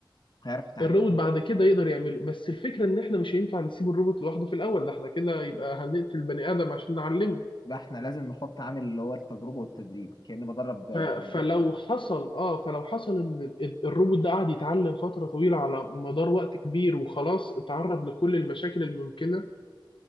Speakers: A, on the left; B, on the left.
A: هيعرف يتعامل
B: الروبوت بعد كده يقدر يعمله بس الفكره ان احنا مش هينفع نسيب الروبوت لوحده في الاول ده احنا كده يبقى هنقتل بني ادم عشان نعلمه
A: بقى احنا لازم نحط عامل اللي هو التجربه والتدريب كاني بدرب آه،
B: ف- فلو حصل اه فلو حصل ان ال- الروبوت ده قعد يتعلم فتره طويله على مدار وقت كبير وخلاص اتعرض لكل المشاكل الممكنه